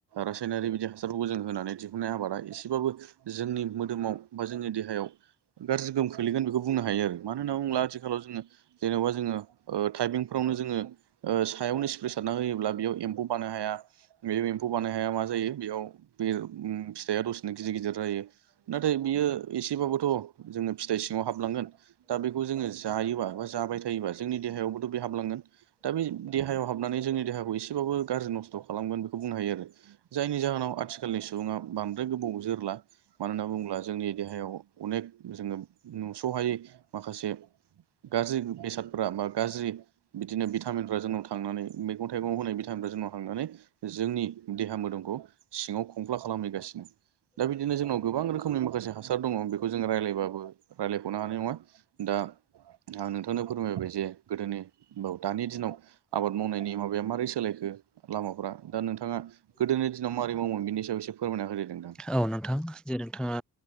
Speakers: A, on the right (about 55°); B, in the centre.
A: रासायनारि बिदि हासारफोरखौ जों होनानै दिहुननाय आबादा एसेबाबो जोंनि मोदोमाव बा जोंनि देहायाव गाज्रि गोहोम खोलैगोन बेखौ बुंनो हायो आरो मानो होनना बुङोब्ला आथिखालाव जोङो जेनेबा जोङो ओ टाइपिंफोरावनो जोङो ओ सायावनो सेप्रेसारना होयोब्ला बेयाव एम्फौ बानो हाया बे एम्फौ बानाय हाया मा जायो बेयाव बे फिथाइया दसेनो गिदिर गिदिर जायो। नाथाय बियो एसेबाबोथ' जोङो फिथाइ सिङाव हाबलांगोन दा बेखौ जोङो जायोबा बा जाबाय थायोब्ला‌ जोंनि देहायावबोथ' बे हाबलांगोन दा बे देहायाव हाबनानै जोंनि देहाखौ ए फोरावबो गाज्रि नस्थ' खालामगोन बेखौ बुंनो हायो आरो जायनि जाहोनाव आथिखालनि सुबुङा बांद्राय गोबाव जोरला मानो होनना बुङोब्ला जोंनि देहायाव अनेक जोङो नुस'हायै माखासे गाज्रि बेसादफ्रा बा गाज्रि बिदिनो भिटामिनफ्रा जोंनाव था नानै मैगं थाइगं होनाय बितामिनफोरा जोंनाव थांनानै जोंनि देहा मोदोमखौ सिङाव खमफ्ला खालाम हैगासिनो दा बिदिनो‌ जोंनाव गोबां रोखोमनि माखासे हासार दङ बेखौ जों रायलाय ब्लाबो रायलायख'नो हानाय नङा दा आं नोंथांनो फोरमायबाय जे गोदोनि बा दानि दिनाव आबाद मावनायनि माबाया मारै सोलायखो लामाफ्रा दा नोंथाङा गोदोनि दिनाव माबोरै मावोमोन बेनि सायाव एसे फोरमायना होदो नोंथां
B: औ नोंथां जे नोंथाङा